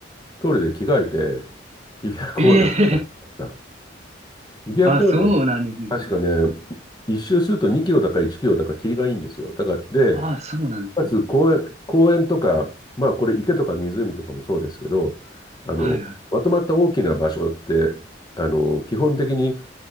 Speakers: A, on the left; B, on the right.
A: トイレで着替えて、日比谷公園を走った。
B: ええ <laughs>
A: 日比谷公園も
B: あ、そうなんですね。
A: 確かね、一周すると2キロだか1キロだか霧がいいんですよ。だから、で、
B: あ、そうなんですね。
A: まず公園、公園とか、まあこれ池とか湖とかもそうですけど、あの、
B: はいはい。
A: まとまった大きな場所って、あの、基本的に